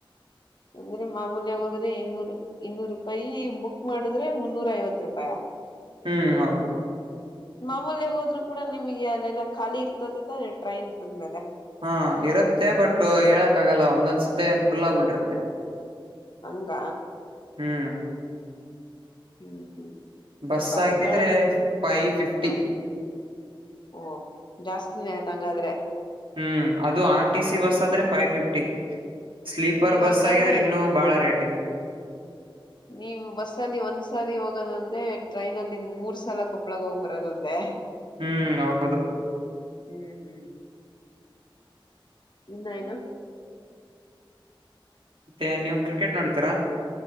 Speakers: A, on the left; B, on the right.
A: ಅಂದ್ರೆ ಮಾಮೂಲ್ಯಗೋದ್ರೆ ಇನ್ನೂರು ಇನ್ನೂರು ರೂಪಾಯಿ ಬುಕ್ ಮಾಡಿದ್ರೆ ಮುನ್ನೂರ ಐವತ್ ರೂಪಾಯ
B: ಹ್ಮ್ ಹೌದು
A: ಮಾಮೂಲ್ಯಾಗ ಹೋದ್ರು ಕೂಡ ನಿಮಗೆ ಅಲ್ಲೆಲ್ಲಾ ಖಾಲಿ ಇರ್ತತಿತೆ ಟ್ರೈನ್ ಅಂದ್ಮೇಲೆ
B: ಹಾ ಇರುತ್ತೆ ಬಟ್ ಹೇಳಕ್ ಆಗಲ್ಲ ಒಂದೊಂದ್ಸತಿ ಫುಲ್ ಆಗ್ಬಿಟ್ಟಿರುತ್ತೆ
A: ಹಂಗ
B: ಹ್ಮ್
A: ಹ್ಮ್ ಹ್ಮ್
B: ಬಸ್
A: ಬಸ್ಗಳಲ್ಲಿ
B: ಆಗಿದ್ರೆ ಫೈವ್ ಫಿಫ್ಟಿ
A: ಹ ಓ ಜಾಸ್ತಿ ತಂಗಾದ್ರೆ
B: ಹ್ಮ್ ಅದು ಆರ್ ಟಿ ಸಿ ಬಸ್ ಆದ್ರೆ ಫೈವ್ ಫಿಫ್ಟಿ ಸ್ಲೀಪರ್
A: ನೀವ್
B: ಬಸ್
A: ಹಂಗಾದ್ರೆ
B: ಆಗಿದ್ರೆ ಇನ್ನುೂ ಬಾಳ ರೇಟ್ ಇದೆ.
A: ನೀವು ಬಸ್ ಅಲ್ಲಿ ಒಂದ್ಸಾರಿ ಹೋಗದಂದೆ ಟ್ರೈನ್ ಅಲ್ಲಿ ಮೂರ್ ಸಲ ಕೊಪ್ಪಳಾಗ ಹೋಗಿ ಬರದೊಂದೆ
B: ಹ್ಮ್ ಹೌದು
A: ಹ್ಮ್ ಹ್ಮ್ ಇನ್ನ ಎನು
B: ಮತ್ತೆ ನೀವು ಕ್ರಿಕೆಟ್ ನೋಡ <unintelligible>